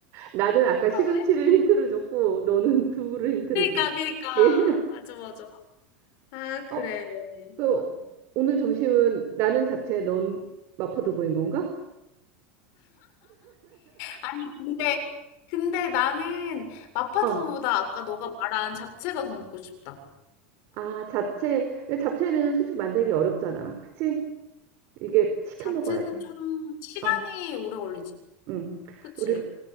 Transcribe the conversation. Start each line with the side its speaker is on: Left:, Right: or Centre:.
Right: 나는 아까 시금치를
Left: 아, 왜?
Right: 힌트를 줬고 너는 <laughs> 두부를 힌트를
Left: 그니까
Right: 준 거야.
Left: 그니까 <laughs>
Right: 예.
Left: 맞아 맞아. 아 그래.
Right: 어, 그
Left: 맞아.
Right: 오늘 점심은 나는 잡채, 넌 마파도 보인 건가?
Left: 아니 근데 근데 나는 마파두부보다
Right: 어.
Left: 아까 너가 말한 잡채가 더 먹고 싶다.
Right: 아, 잡채. 근데 잡채는 솔직히 만들기 어렵잖아. 그치? 이게 시켜
Left: 잡채는
Right: 먹어야 돼.
Left: 좀 시간이
Right: 어.
Left: 오래 걸리지.
Right: 음.
Left: 그치?
Right: 우리